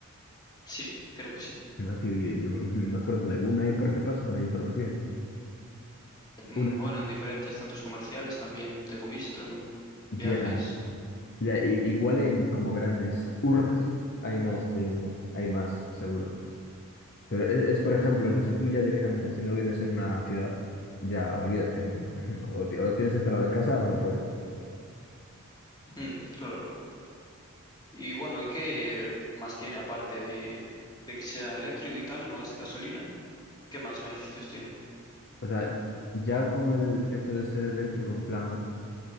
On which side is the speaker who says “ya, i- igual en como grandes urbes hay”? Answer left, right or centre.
Left